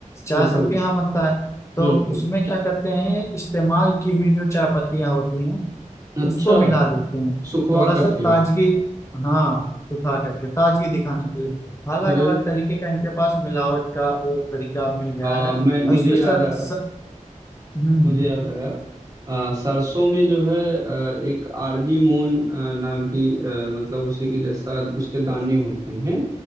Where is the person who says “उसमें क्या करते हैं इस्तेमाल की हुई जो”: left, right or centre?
Left